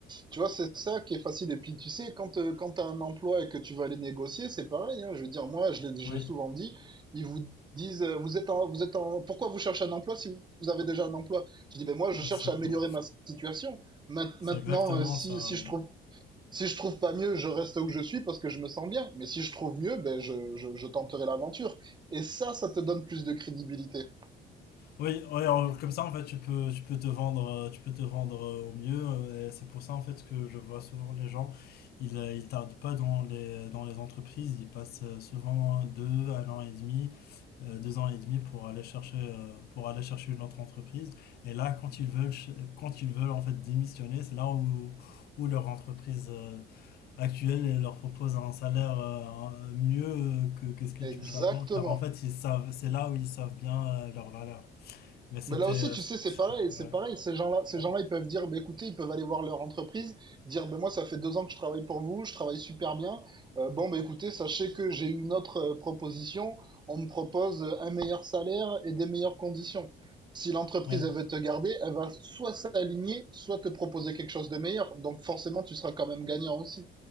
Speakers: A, on the right (about 25°); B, on the left (about 65°).
A: Tu vois, c'est ça qui est facile. Et puis, tu sais, quand, euh, quand tu as un emploi et que tu vas aller négocier, c'est pareil. hein. Je veux dire, moi, je l'ai, je
B: oui,
A: l'ai souvent dit, ils vous disent, euh, vous êtes en, vous êtes en, pourquoi vous cherchez un emploi si vous avez déjà un emploi? Je dis, ben moi, je cherche
B: c'est
A: à améliorer
B: bon.
A: ma situation. Main- Maintenant,
B: C'est exactement
A: euh, si,
B: ça.
A: si
B: ouais.
A: je trouve, si je trouve pas mieux, je reste où je suis parce que je me sens bien. Mais si je trouve mieux, ben je, je, je tenterai l'aventure. Et ça, ça te donne plus de crédibilité.
B: Oui, ouais, alors, comme ça en fait tu peux tu peux te vendre euh, tu peux te vendre euh, au mieux euh, et c'est pour ça en fait que je vois souvent les gens ils euh, ils tardent pas dans les dans les entreprises ils passent euh, souvent deux un an et demi euh, deux ans et demi pour aller chercher euh, pour aller chercher une autre entreprise et là quand ils veulent ch- quand ils veulent en fait démissionner c'est là où où leur entreprise euh, actuelle elle leur propose un salaire euh, un- mieux euh, que que ce qu'ils
A: Exactement.
B: touchaient avant car en fait ils savent c'est là où ils savent bien euh, leur valeur mais c'était.
A: Mais là aussi,
B: euh,
A: tu sais, c'est pareil, c'est
B: ouais,
A: pareil. Ces gens-là, ces
B: ouais,
A: gens-là, ils peuvent dire, bah, écoutez, ils peuvent aller voir leur entreprise, dire, ben moi, ça fait deux ans que je travaille pour vous, je travaille super bien. Euh, bon, bah, écoutez, sachez que j'ai une autre euh, proposition. On me propose euh, un meilleur salaire et des meilleures conditions. Si l'entreprise,
B: ouais.
A: elle veut te garder, elle va soit s'aligner, soit te proposer quelque chose de meilleur. Donc, forcément, tu seras quand même gagnant aussi.